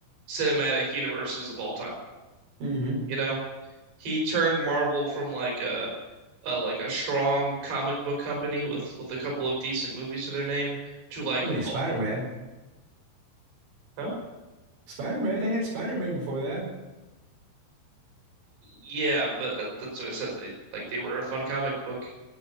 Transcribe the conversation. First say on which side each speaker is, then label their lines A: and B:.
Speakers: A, on the right; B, on the right.
A: cinematic universes of all time.
B: hmm
A: You know, he turned Marvel from like a, a like a strong comic book company with with a couple of decent movies to their name to like,
B: I mean,
A: oh,
B: Spider-Man.
A: huh?
B: Spider-Man. They had Spider-Man before that.
A: Yeah, but uh, that's what I said. They like they were a fun comic book